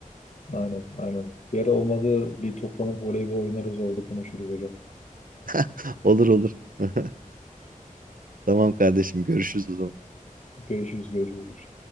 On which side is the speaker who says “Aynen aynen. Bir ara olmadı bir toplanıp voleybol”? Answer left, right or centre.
Left